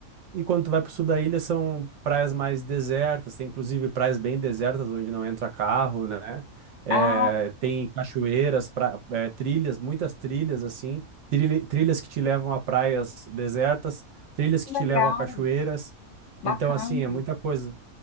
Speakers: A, on the right; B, on the left.
A: E quando tu vai pro sul da ilha, são praias mais desertas, tem inclusive praias bem desertas, onde não entra carro, né? É,
B: Ah.
A: tem cachoeiras, pra- é, trilhas, muitas trilhas, assim, trilha- trilhas que te levam a praias desertas, trilhas que
B: Legal,
A: te levam a cachoeiras.
B: bacana.
A: Então, assim, é muita coisa.